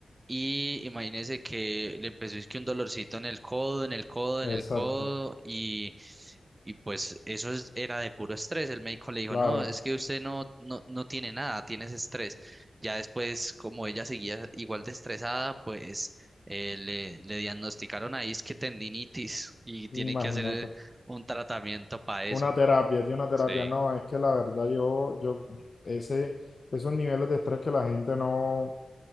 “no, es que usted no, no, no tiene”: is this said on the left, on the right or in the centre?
Right